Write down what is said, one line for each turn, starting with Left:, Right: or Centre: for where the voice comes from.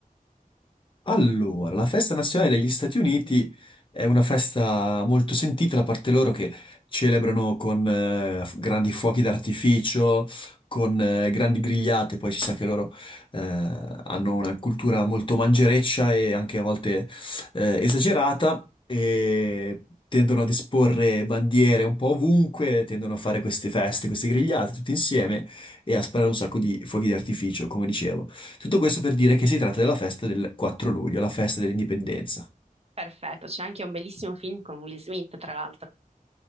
Left: Allora, la festa nazionale degli Stati Uniti è una festa molto sentita da parte loro che celebrano con eh, f- grandi fuochi d'artificio, con eh, grandi grigliate, poi si sa che loro eh, hanno una cultura molto mangereccia e anche a volte eh, esagerata e tendono ad esporre bandiere un po' ovunque, tendono a fare queste feste, queste grigliate tutti insieme e a sparare un sacco di fuochi d'artificio, come dicevo. Tutto questo per dire che si tratta della festa del 4 luglio, la festa dell'indipendenza.
Right: Perfetto, c'è anche un bellissimo film con Will Smith, tra l'altro.